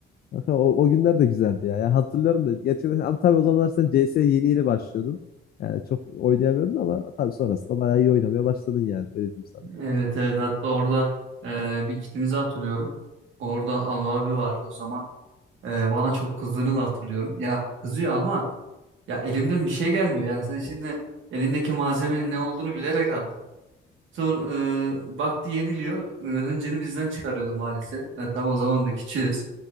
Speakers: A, on the left; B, on the right.
A: Kanka, O, o günler de güzeldi ya. Ya hatırlıyorum da gerçekten ama tabii o zamanlar sen CS'ye yeni yeni başlıyordun. Yani çok oynayamıyordun ama tabii sonrasında bayağı iyi oynamaya başladın yani öyle diyeyim sana.
B: Evet evet hatta orada e, bir kitimizi hatırlıyorum. Orada Anıl abi vardı o zaman. E, bana çok kızdığını da hatırlıyorum. Ya kızıyor ama Ya elimden bir şey gelmiyor. Yani sen şimdi elindeki malzemenin ne olduğunu bilerek aldın. Sonra e, baktı yeniliyor. E, hıncını bizden çıkarıyordu maalesef. E, tabii o zaman da küçüğüz.